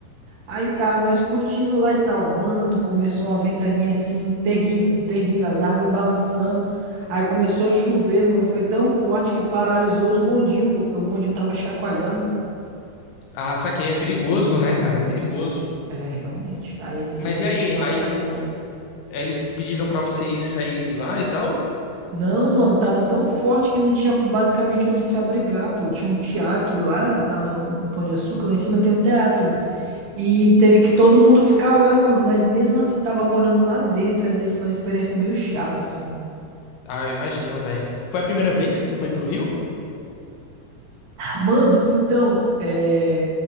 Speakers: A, on the right (about 80°); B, on the left (about 80°).
A: Aí tá, nós curtindo lá e tal, mano, começou uma ventania assim, terrível, mano, terrível, as árvores balançando. Aí começou a chover, mano, foi tão forte que paralisou os bondinhos, pô, porque o bondinho tava chacoalhando.
B: Ah, saquei. É perigoso, né, cara? É perigoso.
A: É, realmente, aí eles,
B: Mas
A: eles,
B: e aí?
A: eles dão
B: Aí
A: uma paralisada.
B: eles pediram pra vocês saírem de lá e tal?
A: Não, mano, tava tão forte que não tinha basicamente onde se abrigar, pô. Tinha um teatro lá, lá no, no Pão de Açúcar, lá em cima tem um teatro. E teve que todo mundo ficar lá, mano. Mas mesmo assim, tava morando lá dentro ainda e foi uma experiência meio chata, assim.
B: Ah, eu imagino, velho. Foi a primeira vez que tu foi pro Rio?
A: Mano, então, é.